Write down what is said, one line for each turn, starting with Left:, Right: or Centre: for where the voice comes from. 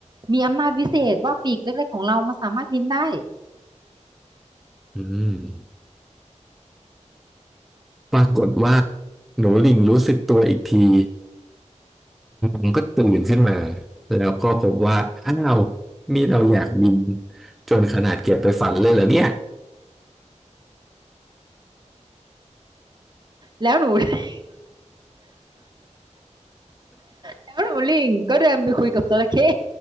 Right: มีอำนาจวิเศษว่าปีกเล็กๆของเรามันสามารถบินได้
Centre: อืมปรากฏว่าหนูลิงรู้สึกตัวอีกทีมันก็ตื่นขึ้นมาแล้วก็พบว่าอ้าวนี่เราอยากบินจนขนาดเก็บไปฝันเลยเหรอเนี่ย
Right: แล้วหนู <laughs> แล้วหนูหลิงก็เดินไปคุยกับจระเข้